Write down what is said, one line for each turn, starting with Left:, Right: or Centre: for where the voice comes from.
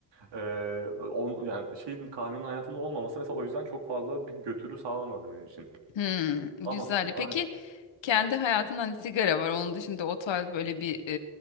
Right: Ee, on, yani şeyin kahvenin hayatımda olmaması mesela o yüzden çok fazla bir götürü sağlamadı benim için.
Left: Hmm, güzel.
Right: Ama su-
Left: Peki
Right: aynen.
Left: kendi hayatında hani sigara var. Onun dışında o tarz böyle bir e,